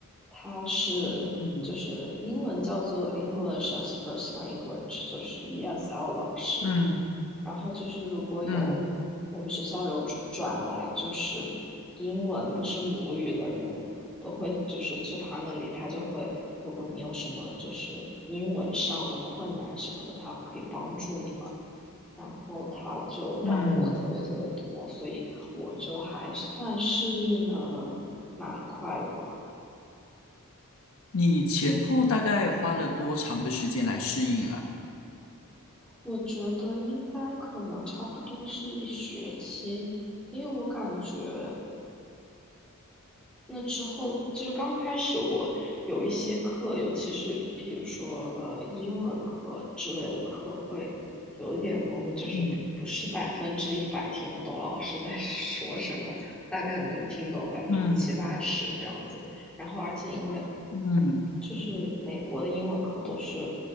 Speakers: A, in the centre; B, on the left.
A: 他是就是英文叫做
B: 嗯嗯
A: English as First Language，就是 ESL 老师。
B: 嗯
A: 然后就是如果有我们学校有转转来就是英文不是母语的人，
B: 嗯
A: 都会就是去他那里，他就会，如果你有什么就是英文上的困难什么的，他可以帮助你嘛。然后他就帮了我特别特别多，
B: 嗯，
A: 所以我就还算适应的蛮快的吧。
B: 你前后大概花了多长的时间来适应啊？
A: 我觉得应该可能差不多是一学期，因为我感觉那之后就是刚开始我有一些课，尤其是比如说呃英文课之类的课会有一点懵，就是不是百分之一百听得懂老师在
B: 嗯
A: <laughs> 说什么，大概能听懂百分之七八十这样子。
B: 嗯
A: 然后而且因为
B: 嗯
A: 就是美国的英文课都是